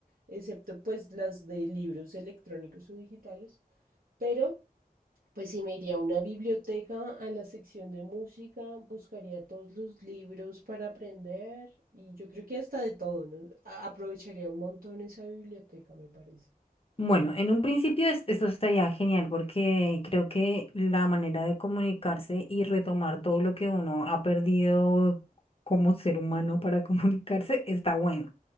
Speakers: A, on the right; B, on the left.
A: excepto pues las de libros electrónicos o digitales, pero pues sí, me iría a una biblioteca, a la sección de música, buscaría todos los libros para aprender y yo creo que hasta de todo, ¿no? A- Aprovecharía un montón esa biblioteca, me parece.
B: Bueno, en un principio es- eso estaría genial porque creo que la manera de comunicarse y retomar todo lo que uno ha perdido como ser humano para <laughs> comunicarse está bueno.